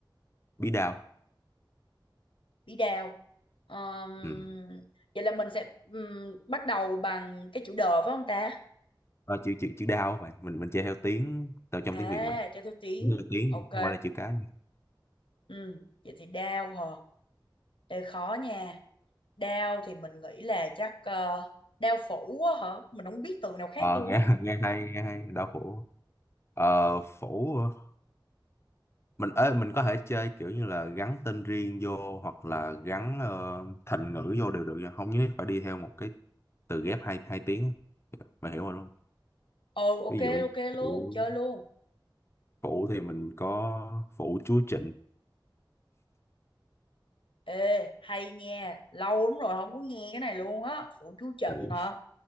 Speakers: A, on the left (about 30°); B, on the left (about 90°).
A: bí đao
B: Bí đào. Ờm,
A: ừ
B: vậy là mình sẽ ừm, bắt đầu bằng cái chữ đờ phải không ta?
A: Ờ, chữ chữ chữ đao á bạn mình mình chơi theo tiếng theo trong
B: À,
A: tiếng Việt mình
B: cho theo tiếng.
A: Đúng là tiếng
B: Ok.
A: chứ không phải là chữ cái
B: Ừ, vậy thì đào hả? Đây khó nha. Đao thì mình nghĩ là chắc ờ, đao phủ á hả? Mình không biết từ nào khác
A: ờ
B: luôn
A: nghe
B: á.
A: <laughs> nghe hay nghe hay đao phủ ờ phủ hả? mình ơi mình có thể chơi kiểu như là gắn tên riêng vô hoặc là gắn ờ, thành ngữ vô đều được không nhất thiết phải đi theo một cái từ ghép hai hai tiếng Bà hiểu rồi đúng
B: Ừ ok
A: Ví dụ như
B: ok luôn,
A: phụ,
B: chơi luôn.
A: phụ thì mình có phụ chúa Trịnh.
B: Ê, hay nha, lâu lắm rồi không có nghe cái này luôn á. Phủ chú Trịnh
A: Ừ.
B: hả?